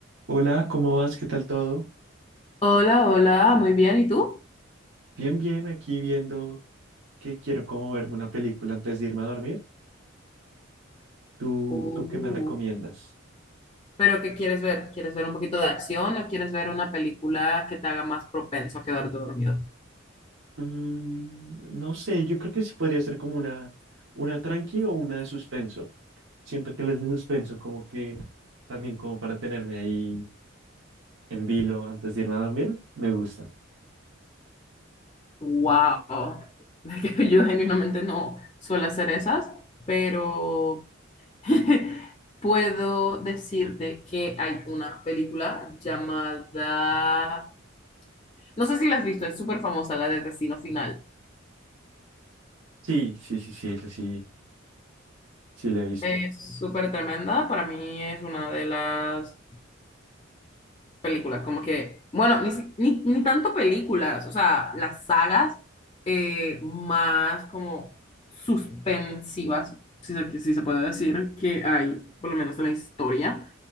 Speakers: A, on the right; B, on the left.
A: Hola, ¿cómo vas? ¿Qué tal todo?
B: Hola, hola, muy bien, ¿y tú?
A: Bien, bien, aquí viendo que quiero como verme una película antes de irme a dormir. ¿Tú,
B: Uh,
A: tú qué me recomiendas?
B: ¿Pero qué quieres ver? ¿Quieres ver un poquito de acción o quieres ver una película que te haga más propenso a quedarte dormido?
A: Mm, no sé, yo creo que sí podría ser como una, una tranqui o una de suspenso. Siento que les de suspenso como que también como para tenerme ahí en vilo antes de irme a dormir, me gusta.
B: Wow, <laughs> que yo genuinamente no suelo hacer esas, pero <laughs> puedo decirte que hay una película llamada, no sé si la has visto, es súper famosa, la de Destino Final.
A: Sí, sí, sí, sí, eso sí, sí lo he visto.
B: Es súper tremenda, para mí es una de las películas, como que, bueno, ni, si- ni, ni tanto películas, o sea, las sagas eh, más como suspensivas, si se, si se puede decir, que hay, por lo menos en la historia.